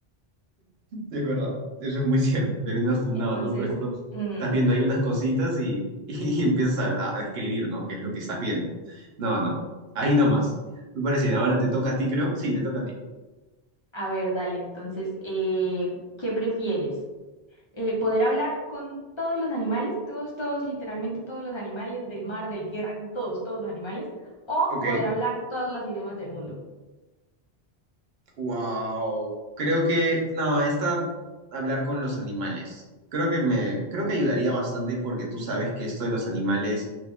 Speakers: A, on the right; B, on the left.
A: Es verdad, eso es muy cierto, terminas fundado,
B: Entonces,
A: ¿no? Por ejemplo,
B: mm,
A: estás viendo ahí unas cositas y, <laughs> y empiezas a, a describir, ¿no? ¿Qué es lo que estás viendo? No, no, ahí nomás. Me parece bien, ahora te toca a ti, creo. Sí, te toca a ti.
B: a ver, dale, entonces, eh, ¿qué prefieres? eh, poder hablar con todos los animales, todos, todos, literalmente todos los animales del mar, del tierra, todos, todos los animales, o
A: Ok.
B: poder hablar todos los idiomas del mundo.
A: Wow. Creo que, no, esta, hablar con los animales. Creo que me, creo que ayudaría bastante porque tú sabes que esto de los animales